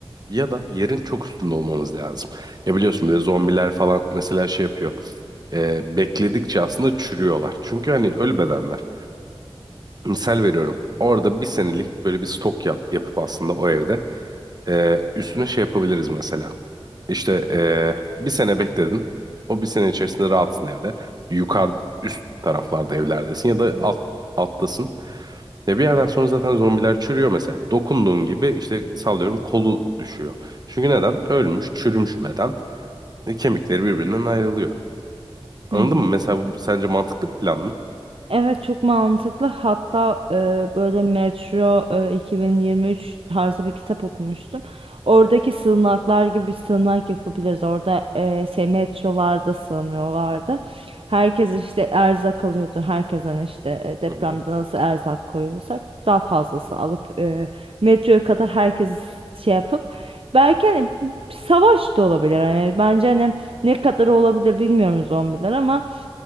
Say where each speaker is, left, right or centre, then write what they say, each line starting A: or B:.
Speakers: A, on the right; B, on the right.
A: ya da yerin çok üstünde olmamız lazım. Ya biliyorsun bir de zombiler falan mesela şey yapıyor. E, bekledikçe aslında çürüyorlar. Çünkü hani ölü bedenler. Misal veriyorum. Orada bir senelik böyle bir stok yap, yapıp aslında o evde e, üstüne şey yapabiliriz mesela. İşte eee, bir sene bekledin. O bir sene içerisinde rahatsın evde. Yukarı üst taraflarda evlerdesin ya da alt alttasın. Ya bir yerden sonra zaten zombiler çürüyor mesela. Dokunduğun gibi işte sallıyorum kolu düşüyor. Çünkü neden? Ölmüş, çürümüş beden. E, kemikleri birbirinden ayrılıyor. Anladın
B: Hı hı.
A: mı? Mesela bu sence mantıklı bir plan mı?
B: Evet çok mantıklı. Hatta e, böyle Metro e, 2023 tarzı bir kitap okumuştum. Oradaki sığınaklar gibi bir sığınak yapabiliriz. Orada e, şey metrolarda sığınıyorlardı. Herkes işte erzak alıyordu. Herkesten işte e, depremde
A: Hı hı.
B: nasıl erzak koyuyorsak daha fazlası alıp e, metroya kadar herkesi şey yapıp belki hani savaş da olabilir. Hani bence hani ne kadar olabilir bilmiyoruz zombiler ama